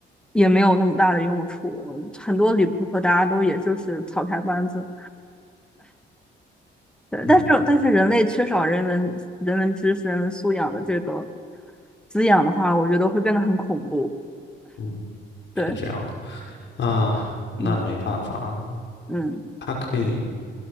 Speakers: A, in the centre; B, on the left.
A: 也没有那么大的用处，很多理工科大家都也就是草台班子，对，
B: 嗯
A: 但是但是人类缺少人文人文知识、人文素养的这个滋养的话，我觉得会变得很恐怖，
B: 嗯哼是这样的
A: 对，
B: 啊，那没办法，
A: 嗯嗯。
B: 它可以。